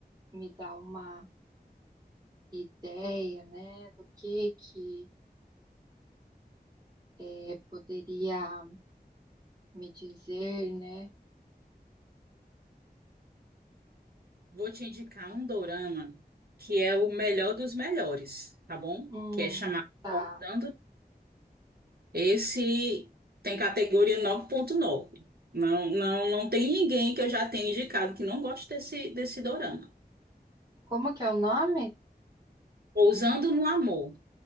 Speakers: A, on the right; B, on the right.
A: me dar uma ideia, né, do que que eh, poderia me dizer, né?
B: Vou te indicar um dorama que é o melhor dos melhores, tá bom?
A: Hum,
B: Que é chamado
A: tá.
B: Contando. Esse tem categoria nove ponto nove. Não, não, não tem ninguém que eu já tenha indicado que não goste desse, desse dorama.
A: Como que é o nome?
B: Pousando no Amor.